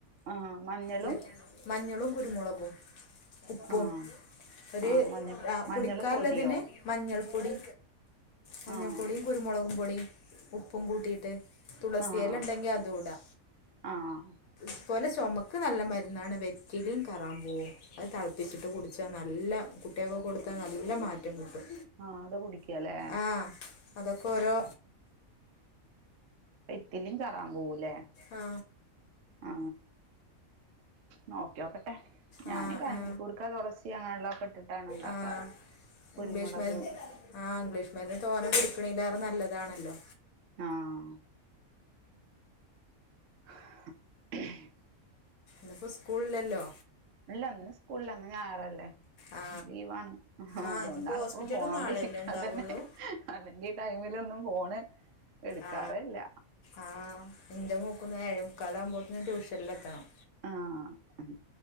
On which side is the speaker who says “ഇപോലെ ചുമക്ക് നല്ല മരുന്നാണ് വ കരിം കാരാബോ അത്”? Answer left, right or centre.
Left